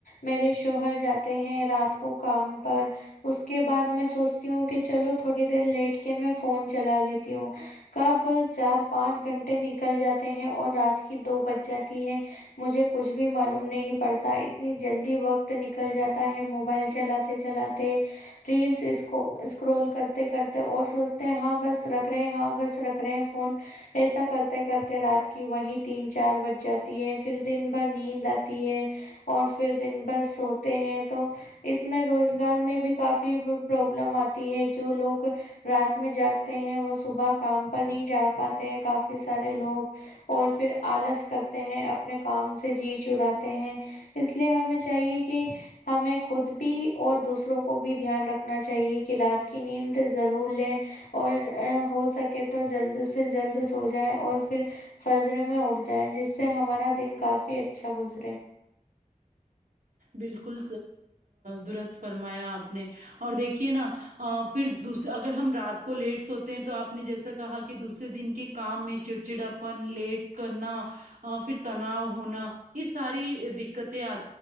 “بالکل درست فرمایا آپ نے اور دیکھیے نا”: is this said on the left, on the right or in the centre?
Right